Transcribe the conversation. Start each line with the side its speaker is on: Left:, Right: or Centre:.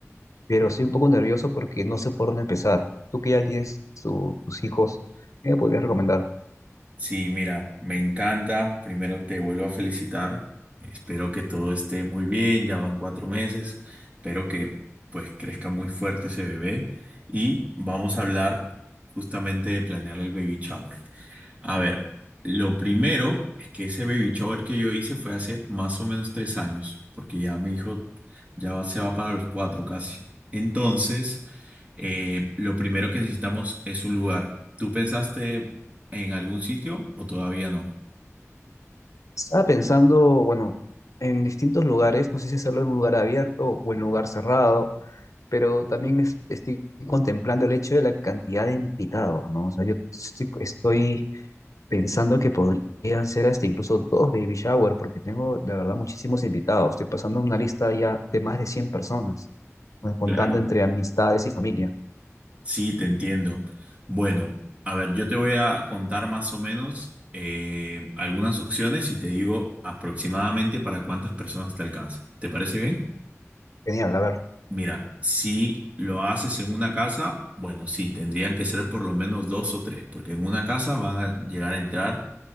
Left: pero estoy un poco nervioso porque no sé por dónde empezar. Tú que ya tienes tu- tus hijos, ¿qué me podrías recomendar?
Right: Sí, mira, me encanta. Primero te vuelvo a felicitar. Espero que todo esté muy bien. Ya van cuatro meses. Espero que pues crezca muy fuerte ese bebé. Y vamos a hablar justamente de planear el baby shower. A ver, lo primero es que ese baby shower que yo hice fue hace más o menos tres años, porque ya mi hijo ya va- se va para los cuatro casi. Entonces eh, lo primero que necesitamos es un lugar. ¿Tú pensaste en algún sitio o todavía no?
Left: Estaba pensando, bueno, en distintos lugares, no sé si hacerlo en un lugar abierto o en un lugar cerrado. pero también es- estoy contemplando el hecho de la cantidad de invitados, ¿no? O sea, yo estoy, estoy pensando que podrían ser hasta incluso dos baby shower, porque tengo, la verdad, muchísimos invitados. Estoy pasando una lista ya de más de 100 personas, bueno, contando
Right: Claro.
Left: entre amistades y familia.
Right: Sí, te entiendo. Bueno, a ver, yo te voy a contar más o menos eh, algunas opciones y te digo aproximadamente para cuántas personas te alcanza. ¿Te parece bien?
Left: Genial, a ver.
Right: Mira, si lo haces en una casa, bueno, sí, tendrían que ser por lo menos dos o tres, porque en una casa van a llegar a entrar